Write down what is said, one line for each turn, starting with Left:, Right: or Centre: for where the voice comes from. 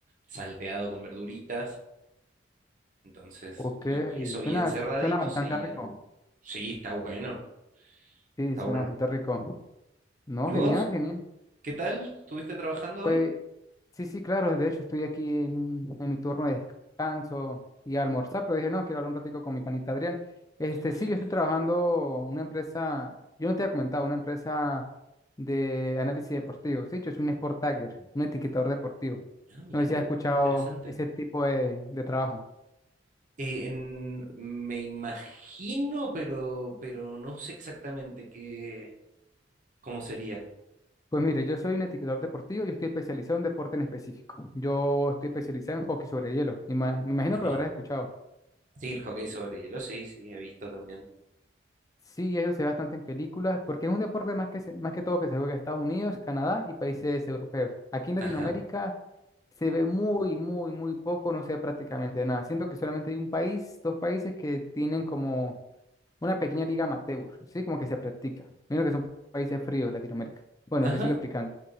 Right: salteado con verduritas. Entonces,
Left: Ok,
Right: y, y eso bien
Left: suena,
Right: cerradito
Left: suena bastante
Right: se hierve.
Left: rico.
Right: Sí, está bueno,
Left: Sí,
Right: está
Left: suena
Right: bueno.
Left: bastante rico. No,
Right: ¿Y vos
Left: genial, genial.
Right: ¿Qué tal? ¿Estuviste trabajando
Left: Pues
Right: hoy?
Left: sí, sí, claro. De hecho, estoy aquí en, un- en mi turno de descanso y almorzar, pero dije, no, quiero hablar un ratico con mi panita Adrián. Este,
Right: Perfecto.
Left: sí, yo estoy trabajando en una empresa, yo no te había comentado, una empresa de análisis deportivo. Sí, yo soy un sport tagger, un etiquetador deportivo.
Right: Ah, mira
Left: No sé
Right: qué
Left: si has escuchado
Right: interesante.
Left: ese tipo de de trabajo.
Right: Eh, en- me imagino, pero, pero no sé exactamente qué, cómo sería.
Left: Pues mire, yo soy un etiquetador deportivo, yo estoy especializado en un deporte en específico. Yo estoy especializado en hockey sobre hielo. ima- Me imagino
Right: Ah,
Left: que
Right: mira.
Left: lo habrás escuchado.
Right: Sí, el hockey sobre hielo, sí, sí, he visto también.
Left: Sí, eso se ve bastante en películas, porque es un deporte más que, se- más que todo que se juega en Estados Unidos, Canadá y países europeos. Aquí en
Right: Ajá,
Left: Latinoamérica se ve muy, muy, muy poco, no se ve prácticamente nada. Siento que solamente hay un país, dos países que tienen como una pequeña liga amateur, ¿sí? Como que se practica. Menos que son países fríos, Latinoamérica. Bueno,
Right: ajá,
Left: te sigo explicando.